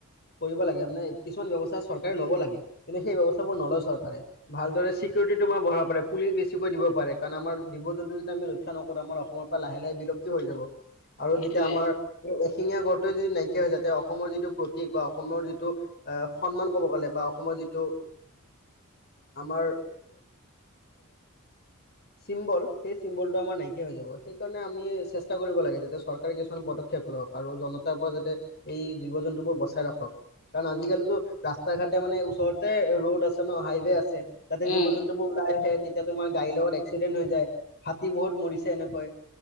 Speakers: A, on the left; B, on the left.
A: কৰিব লাগে মানে কিছুমান ব্ৱস্থা চৰকাৰে ল'ব লাগে কিন্তু সেই ব্য্ৱস্থাাবোৰ নলয় চৰকাৰে ভালদৰে চিকিউৰিটিটো আমাৰ বঢ়া পুলিচ বেছিকৈ দিব পাৰে কাৰণ আমাৰ জীৱ জন্তু যদি আমি ৰক্ষা নকৰোঁ আমাৰ <unintelligible> পৰা লাহে লাহে বিলুপ্তি হৈ যাব আৰু
B: সেইটোৱে
A: যেতিয়া আমাৰ এশিঙীয়া গড় যদি নাইকিয়া হৈ যায়, তে অসমৰ যিটো প্ৰতীক বা অসমৰ যিটো আহ সন্মান কব গ'লে বা অসমৰ যিটো
B: <inaudible>
A: আমাৰ চিম্বল সেই চিম্বলটো আমাৰ নাইকিয়া হৈ যাব। সেইকাৰণে আমি চেষ্টা কৰিব লাগে যাতে চৰকাৰে কিছুমান পদক্ষেপ লওক আৰু জনতাৰ পৰা যাতে এই জীৱ জন্তুবোৰ বচাই ৰাখক। কাৰণ আজিকালিতো ৰাস্তা ঘাটে মানে ওচৰতে ৰ'ড আছে ন হাইৱে আছে। তাতে
B: উম
A: জীৱ জন্তুবোৰ ওলাই আহে তেতিয়া তোমাৰ গাড়ীৰ লগত এক্সিডেণ্ট হৈ যায়, হাতী বহুত মৰিছে এনেকৈ।